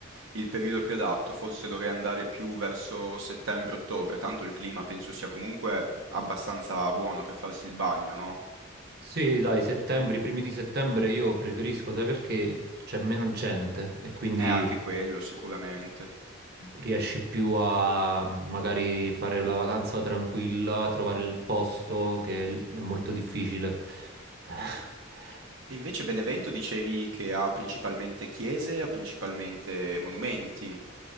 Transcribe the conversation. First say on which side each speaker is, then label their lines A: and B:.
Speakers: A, on the right; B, on the right.
A: il periodo più adatto, forse dovrei andare più verso settembre-ottobre, tanto il clima penso sia comunque abbastanza buono per farsi il bagno, no?
B: Sì, dai, settembre, i primi di settembre io preferisco, sai perché c'è meno gente e quindi
A: Eh, anche quello sicuramente.
B: riesci più a magari fare la vacanza tranquilla, a trovare il posto che l- è molto difficile. <laughs>
A: Mh.
B: Eh,
A: E invece Benevento dicevi che ha principalmente chiese, ha principalmente monumenti.